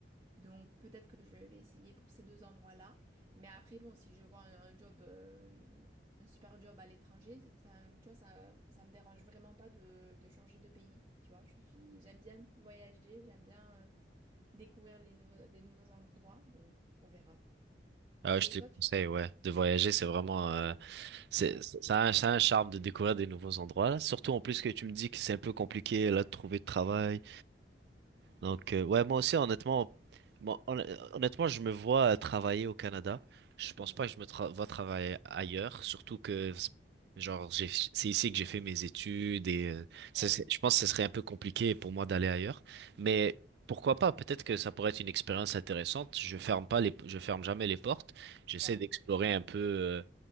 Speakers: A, on the right (about 30°); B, on the right (about 65°).
A: Donc peut-être que je vais essayer pour ces deux endroits-là. Mais après, bon, si je vois un, un job, euh, un super job à l'étranger, c'est- enfin, tu vois, ça, ça me dérange vraiment pas de, de changer de pays. Tu vois, je suis, j'aime bien voyager, j'aime bien euh, découvrir les nouveaux, des nouveaux endroits. Donc on verra.
B: Ah, ouais, je
A: Et
B: te
A: toi,
B: conseille,
A: tu...
B: ouais, de voyager, c'est vraiment, euh, c'est,
A: Ouais,
B: c'est- ça a un, ça a un charme de découvrir des nouveaux endroits, là. Surtout en plus que tu me dis que c'est un peu compliqué, là, de trouver de travail. Donc, euh, ouais, moi aussi, honnêtement, moi, honn- honnêtement, je me vois euh, travailler au Canada. Je pense
A: Mhm.
B: pas que je me tra- vois travailler ailleurs, surtout que, s- genre, j'ai- c'est ici que j'ai fait mes études et euh, ça
A: ouais,
B: serait- je pense que ce serait un peu compliqué pour moi d'aller ailleurs. Mais pourquoi pas? Peut-être que ça pourrait être une expérience intéressante. Je ferme pas les, je ferme jamais les portes. J'essaie
A: ouais,
B: d'explorer un peu, euh,